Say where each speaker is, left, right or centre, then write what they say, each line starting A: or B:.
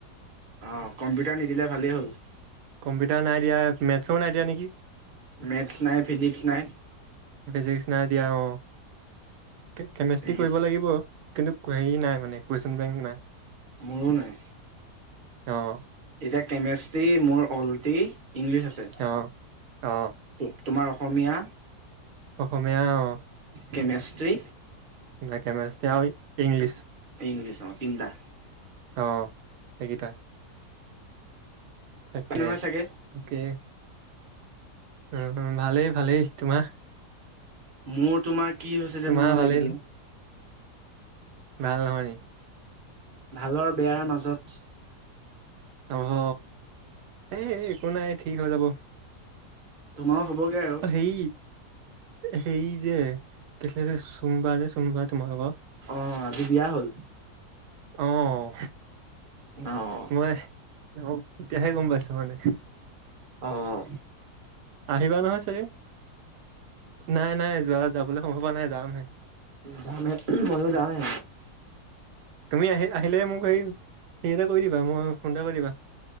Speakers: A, on the right; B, on the right.
A: অঁ, কম্পিউটাৰ নিদিলে ভালেই হ'ল।
B: কম্পিউটাৰ নাই দিয়া, মেথচো নাই দিয়া নেকি?
A: মেথছ নাই, ফিজিক্স নাই।
B: ফিজিক্স নাই দিয়া অঁ, কে কেমেষ্ট্ৰি
A: এইকেইটা
B: কৰিব লাগিব। কিন্তু হেৰি নাই মানে, কুৱেইছন বেংক নাই।
A: মোৰো নাই।
B: অঁ।
A: এতিয়া কেমেষ্ট্ৰি মোৰ অল্টি ইংলিছ আছে।
B: অঁ, অঁ।
A: তো--তোমাৰ অসমীয়া
B: অসমীয়া অঁ, এতিয়া
A: কেমেষ্ট্ৰি
B: কেমেষ্টি আৰু ইংলিছ।
A: ইংলিছৰ তিনটা।
B: অঁ, সেইকেইটাই। তাকে,
A: নহয় চাগে
B: তাকে উম, ওঁ ভালেই ভালেই, তোমাৰ?
A: মোৰ তোমাৰ, কি হৈছে
B: তোমাৰ
A: জানো
B: ভালেই
A: এইকদিন?
B: ন ভাল নহয় নি?
A: ভালৰ, বেয়াৰ মাজত।
B: অ হ্ এই একো নাই, ঠিক হৈ যাব।
A: তোমাও হ'বগে আৰু?
B: হেই, হেই যে, কি আছিলে যে? চুমি বা চুমি বা যে তোমালোকৰ
A: অঁ, আজি বিয়া হ'ল।
B: অঁ,
A: অ',
B: মই অ তেতিয়াহে গম পাইছো মানে।
A: অঁ।
B: আহিবা নহয় চাগে, নাই নাই যোৱা যাবলৈ সময় পোৱা নাই, যামহে।
A: যামহে ময়ো যামহে।
B: তুমি আহি আহিলে মোক সেই সেই এটা কৰি দিবা মই ফোন এটা কৰি দিবা।